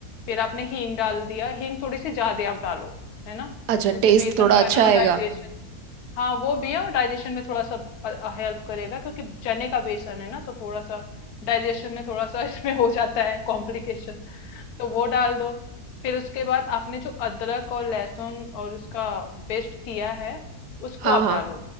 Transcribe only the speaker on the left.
फिर आपने हींग डाल दिया हींग थोड़ी सी ज्यादा आप डालो है ना
क्योंकि
बेसन
का
है ना तो
डाइजेशन हाँ वो भी है और डाइजेशन में थोड़ा सा हेल्प करेगा क्योंकि चने का बेसन है ना तो थोड़ा सा डाइजेशन में थोड़ा सा <laughs> इसमें हो जाता है कॉम्प्लिकेशन तो वो डाल दो फिर उसके बाद आपने जो अदरक और लहसुन और उसका पेस्ट किया है उसको
आप
डालो